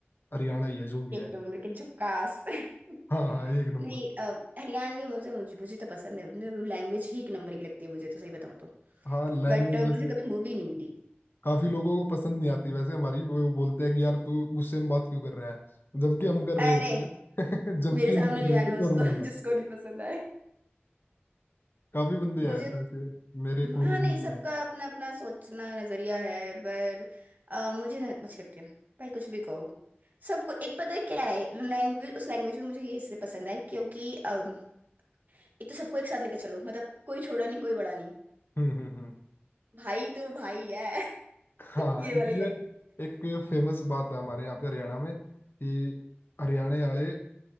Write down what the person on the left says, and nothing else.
हरियाणा ही है जो भी
है
हाँ हाँ एक नंबर
हाँ लैंग्वेज
वैसे
काफी लोगों को पसंद नहीं आती वैसे हमारी वो बोलते हैं कि यार तू गुस्से में बात क्यों कर रहा है जबकि हम कर रहे
होते हैं <laughs> जबकि
हम कर
रहे होते
हैं
नॉर्मल बात
काफी बंदे
आए हैं ऐसे मेरे कॉलेज
में
भी है
हम्म हम्म हम्म
हाँ
इसमें
एक फेमस बात है हमारे यहाँ पे हरियाणा में कि हरियाणा वाले